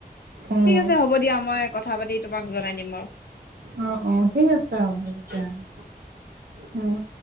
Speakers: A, on the right; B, on the left.
A: উম,
B: ঠিক আছে হ'ব দিয়া মই কথা পাতি তোমাক জনাই দিম বাৰু।
A: অ', অ', ঠিক আছে হ'ব তেতিয়াহ'লে। উম।